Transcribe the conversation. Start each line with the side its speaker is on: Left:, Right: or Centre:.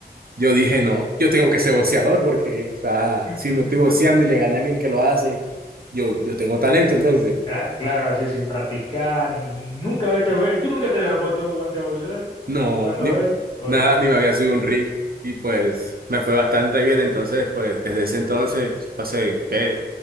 Right: yo dije, no, yo tengo que ser boxeador porque, o sea,
Left: <laughs>
Right: si no estoy boxeando y le gané a alguien que lo hace, yo, yo tengo talento. Entonces,
Left: Cla- Claro, así sin practicar, ni, ni nunca vete, ve- tú nunca te habías puesto guante de boxeo.
Right: no,
Left: Cuando
Right: ni,
Left: es? Oye.
Right: nada, ni me había subido a un ring. Y pues me fue bastante bien. Entonces, pues desde ese entonces, hace, ¿qué?